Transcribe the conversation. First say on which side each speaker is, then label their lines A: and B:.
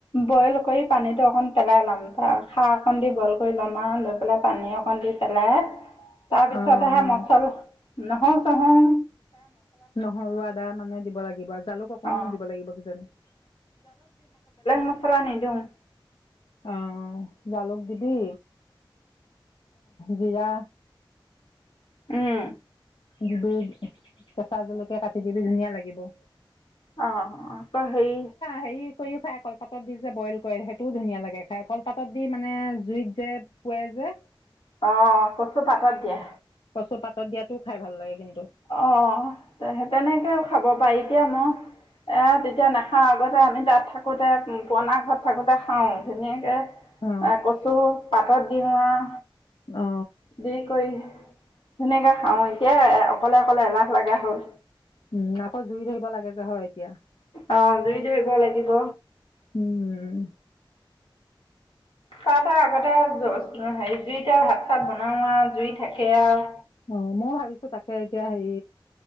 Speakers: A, on the left; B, on the left.
A: বইল কৰি পানীতো অকণ তেনেই নাম তাৰ খাক দি বইল কৰি ল'ম আৰু লৈ পেলাই পানী অকন পন্দি পেলাই তাৰপিছত
B: অ
A: আহে
B: অ
A: মচল নহয় চহয়
B: নহৰু আদা মানে দিব লাগিব জালুক অকমানো
A: অঁ
B: দিব লাগিব কিজানি
A: মচলা নিদিওঁ
B: আহ জালুক দিবি জিৰা
A: উম
B: যত কেঁচা জলকীয়া কাটি দিবি ধুনীয়া লাগিব লাগিব
A: অ আকৌ সেই
B: হেৰি কৰিও খাই কলপাতত দি যে বইল কৰে সেইটোও ধুনীয়া লাগে খাই কলপাতত দি মানে জুইত যে পুৱে যে
A: অ কচো পাতত দিয়ে
B: কচু পাতত দিয়াতো খাই ভাল লাগে কিন্তু
A: অ তেনেকে খাব পাৰি তেতিয়া মই এ তেতিয়া নাখাওঁ আগতে আমি তাত থাকোতে পোৰনা ঘৰত থাকোতে খাও ধুনীয়াকে
B: অ
A: এ কচু পাত পাতত দিও আৱ
B: অ
A: দি কৰি ন ধুনীয়াকে খাও এতিয়া অকলে অকলে এলাহ লগা হ'ল
B: উম আকৌ জুই থাকিব লাগে যে হয় এতিয়া
A: অ জুই ধৰিব লাগিব
B: উম
A: চাহ তটা আগতে হেৰি জুইতাৰ হাত চাত বনাওঁ আৰু জুই থাকে আৰু
B: অ মই ভাবিছো তাকে এতিয়া হেৰি